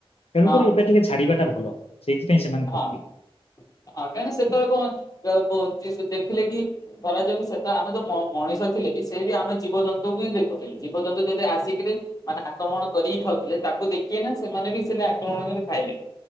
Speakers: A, on the left; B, on the left.
A: ତେଣୁକରି
B: ହଁ
A: ଏବେ ଟିକେ ଛାଡ଼ିବାଟା ଭଲ। ସେଇଥିପାଇଁ ସେମାନ
B: ହଁ ହଁ
A: କଟି
B: କାହିଁକିନା ସେତେବେଳେ କଣ <unintelligible> ଦେଖିଲେ କି କରାଯୋଉ ସେଟା ଆମେ ଯୋଉ ମଣିଷ ଥିଲେ ବି ସେ ବି ଆମେ ଜୀବଜନ୍ତୁଙ୍କୁ ବି ଦେଖୁଥିଲେ ଜୀବଜନ୍ତୁ ଯଦି ଆସିକିରି ମାନେ ଆକ୍ରମଣ କରିକି ଖାଉଥିଲେ ତାକୁ ଦେଖିେ ନା ସେମାନେ ବି ସେ ଆକ୍ରମଣ କରି ଖାଇଲେ।